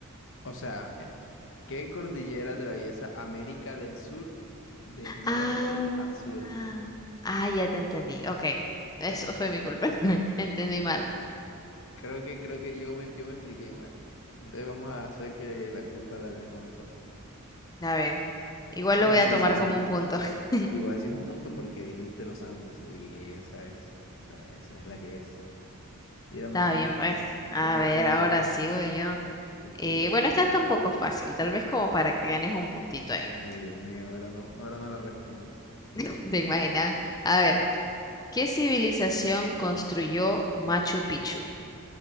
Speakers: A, on the left; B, on the left.
A: O sea, mira, ¿qué cordillera atraviesa América del Sur de norte
B: Ah,
A: a sur?
B: ah, ah, ya te entendí. Ok, eso
A: Ok,
B: fue mi culpa. <laughs> Entendí
A: ok, ok.
B: mal.
A: Creo que, creo que yo me, yo me expliqué mal. Entonces vamos a hacer que la culpa la tenemos los dos.
B: Está bien. Igual
A: Pero
B: lo voy a
A: sí,
B: tomar
A: sí, sí.
B: como un punto. <laughs>
A: Igual sí es un punto porque dijiste los Andes y esa es, o sea, esa es la que es. Tírame
B: Está
A: tú,
B: bien, pues. A
A: tírame
B: ver,
A: tú el,
B: ahora
A: el,
B: sigo yo.
A: el
B: Eh,
A: tiro, dale.
B: bueno, esta está un poco fácil, tal vez como para que ganes un puntito ahí.
A: Ay, Dios mío, ahora no, ahora no la respondo.
B: <laughs> ¿Te imaginas? A ver, ¿qué civilización construyó Machu Picchu?